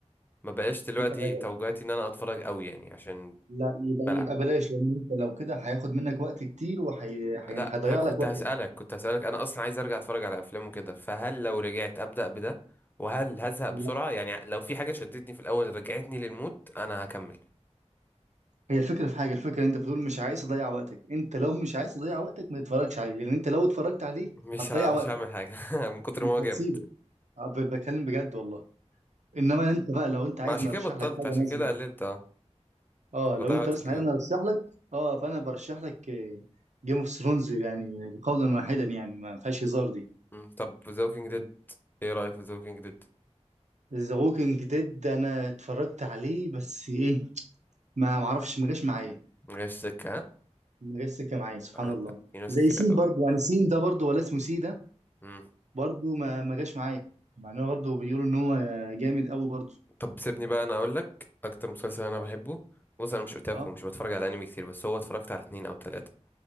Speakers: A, on the left; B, on the right.
A: ما بقاش دلوقتي
B: يبقى بلاش
A: توجهاتي ان انا اتفرج قوي يعني عشان
B: لا يبقى
A: بلعب
B: يبقى بلاش لان انت لو كده هياخد منك وقت كتير وهيضيع وحي...
A: لا
B: هي- هيضيع
A: انا كنت
B: لك وقتك
A: هسألك كنت هسألك انا اصلا عايز ارجع اتفرج على افلام وكده فهل لو رجعت ابدأ بده وهل هزهق بسرعة
B: لا
A: يعني لو في حاجة شدتني في الاول رجعتني للمود انا هكمل
B: هي الفكره في حاجه الفكره انت بتقول مش عايز اضيع وقتك انت لو مش عايز تضيع وقتك ما تتفرجش عليه لان انت لو اتفرجت عليه
A: <laughs> مش
B: هتضيع
A: ه... مش
B: وقتك
A: هعمل حاجة <laughs> من كتر
B: مش
A: ما هو جامد
B: هتسيبه أه، ب- بتكلم بجد والله انما انت بقى لو انت
A: ما
B: عايز
A: عشان
B: نرشح
A: كده بطلت
B: لك حاجه
A: عشان
B: مثلا
A: كده قللت اه
B: اه
A: كنت بضيع
B: لو انت
A: وقت
B: مثلا
A: جميل
B: عايز نرشح لك اه فانا برشح لك جيم اوف ثرونز يعني قولا واحدا يعني ما فيهاش هزار دي
A: مم، طب The Walking Dead ايه رأيك في The Walking Dead
B: ذا ووكينج ديد انا اتفرجت عليه بس ايه ما معرفش ما جاش معايا
A: مجاش سكة ها
B: ما جاش سكه معايا سبحان
A: آه،
B: الله
A: في ناس
B: زي
A: كتير
B: سين
A: قوي
B: برضو
A: قوي
B: يعني سين ده برضو ولا اسمه سي ده
A: مم،
B: برضو ما ما جاش معايا مع انه برضو بيقولوا ان هو جامد قوي برضو
A: طب سيبني بقى انا اقول لك اكتر مسلسل انا
B: اه
A: بحبه بص انا مش اوتاكو
B: اه
A: مش بتفرج على انمي كتير بس هو اتفرجت على اتنين او تلاتة